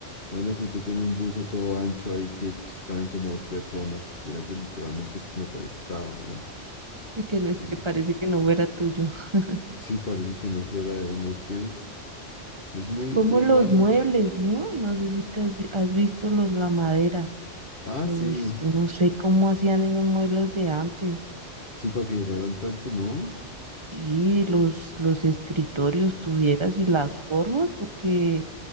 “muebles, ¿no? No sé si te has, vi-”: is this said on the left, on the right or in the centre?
Right